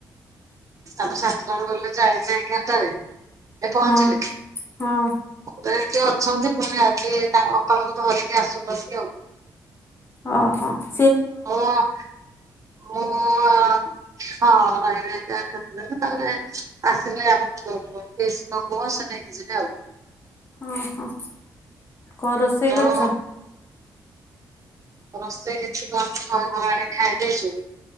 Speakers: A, on the right; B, on the left.
A: ତାଙ୍କ ଶାସନ ଗଲେ ଯେ ଅଇଲେ ଏଗାରଟା ରେ ଏଠୁ ପହଁଚିଲେ।
B: ହଁ ହଁ।
A: ହେଠି ଅଛନ୍ତି ପୁଣି ଆଜି ତାଙ୍କ ଅପାଙ୍କୁ ଧରିକି ଆସୁଛନ୍ତି ଆଉ।
B: ହଁ ହଁ।
A: ହଁ ମୁଁ ଅ ହଁ <inaudible> ତାପରେ ଆସିଲେ ଆମ <inaudible> ଯିବେ ଆଉ।
B: ହଁ ହଁ କଣ ରୋଷେଇ
A: ଯୋଉ
B: କରିଚ?
A: ରୋଷେଇ କିଛି କରିନି ଦହି ବରା ଆଣିକି ଖାଇଦେଇଚୁ।